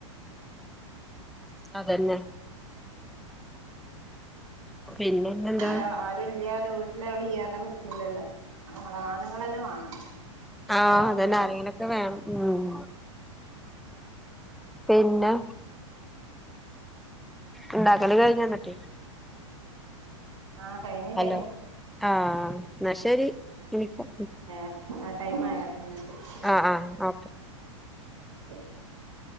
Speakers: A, in the centre; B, on the right (about 80°).
A: അതന്നെ പിന്നെന്നെന്താ
B: ഹലോ ആരും ഇല്ലാതെ വീട്ടില് ആള് ഇല്ലാതെ പറ്റിലല്ലോ ആണുങ്ങളന്നെ വേണം.
A: ആഹ
B: പണിക്കൊക്കെ
A: അതെന്ന ആരെങ്കിലുംക്കെ വേണം ഉം പിന്നെ ഇണ്ടാക്കല് കഴിഞ്വന്നിട്ട്
B: ആഹ് കഴിഞ് കഴിഞ്ഞ്.
A: ഹലോ ആഹ് എന്നാ ശരി എനിക്കും
B: വേറെ ആ ടൈമ് ആയാ എന്ന ശെരി.
A: ആ ആ ഓക്കെ
B: <unintelligible>